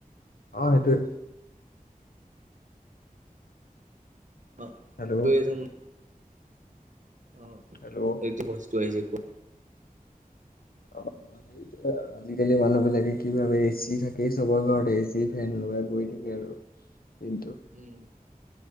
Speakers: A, on the left; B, on the right.
A: অ সেইটোৱে
B: অ
A: হেল্ল'
B: <unintelligible> অঁ
A: হেল্ল'
B: এইটো বস্তু আহিছে কোৱা।
A: অ এৱেই <inaudible> আজিকালি মানুহ বিলাকে কি ভাবে এচি থাকে চবৰ ঘৰতে এচি ফেন লগাই গৈ থাকে আৰু কিন্তু
B: উম